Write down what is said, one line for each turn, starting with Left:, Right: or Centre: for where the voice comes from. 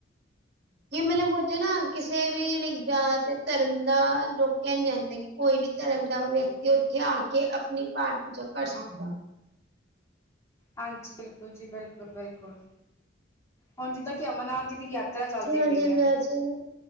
Right: ਕੀ ਮਤਲਬ ਉੱਥੇ ਨਾ ਕਿਸੇ ਵੀ ਜਾਤ ਧਰਮ ਦਾ ਲੋਕਿਆ ਨੀ ਜਾਂਦਾ ਕੋਈ ਵੀ ਧਰਮ ਦਾ ਵਿਅਕਤੀ ਉੱਥੇ ਆ ਕੇ ਆਪਣੀ ਪਾਠ ਪੂਜਾ ਕਰ ਸਕਦਾ
Left: ਹਾਂਜੀ ਬਿਲਕੁਲ ਜੀ ਬਿਲਕੁਲ ਬਿਲਕੁਲ, ਹੁਣ ਜਿੱਦਾਂ ਕਿ ਅਮਰਨਾਥ ਜੀ ਦੀ ਯਾਤਰਾ ਚੱਲਦੀ
Right: ਜਿਨ੍ਹਾਂ
Left: ਪਈ
Right: ਜਿਨ੍ਹਾਂ
Left: ਆ
Right: ਚਿਰ